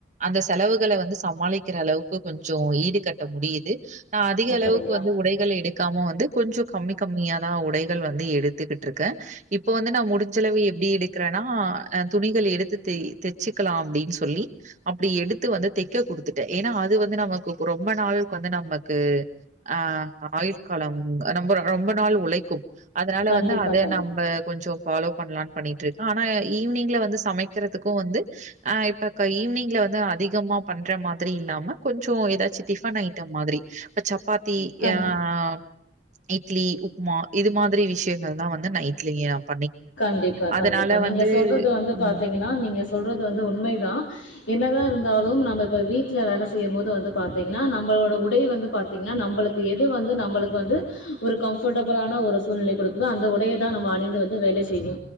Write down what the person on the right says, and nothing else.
அந்த செலவுகள வந்து சமாளிக்கிற அளவுக்கு கொஞ்சோ ஈடு கட்ட முடியுது நா அதிக
அளவுக்கு வந்து உடைகள எடுக் க்காம வந்து கொஞ்ச கம்மி கம்மியா தான் உடைகள் வந்து எடுத் த்துட்டு இருக்கேன் இப்ப வந்து நா முடிஞ்சளவு எப்பிடி எடுக்கிறேன்னா் அஹ் துணிகள் எடுத்து தச்சுக்கலாம் அப்படின்னு சொல்லி அப்பிடி எடுத்து வந்து தைக்க குடுத்துட்டேன் ஏன்னா அது வந்து நமக்கு ரொம்ப நாளுக்கு வந்து நமக்கு ஆஹ் ஆயுள் காலம் ரொம்ப நாள் உழைக்கும் அதனா அத
நம்ப கொஞ்சோ ஃபாலோ பண்ணலான்னு பண்ணிட்டு இருக்கே ஆனா ஈவினிங்ல வந்து சமைக்கிறதுக்கு வந்து ஆஹ் இப்பக்க ஈவினிங்ல வந்து அதிகமா பண்ற மாதிரி இல்லா கொஞ்சோ ஏதாச்சும் டிஃபன் ஐட்டம் மாதிரி இப்ப சப் பாத்தி
ய்ஆஹ் இட்லி உப்புமா இது மாதிரி விஷய ங்கள் தா வந்து நைட்லயே <unintelligible>
அதனால
வந்து
ம்.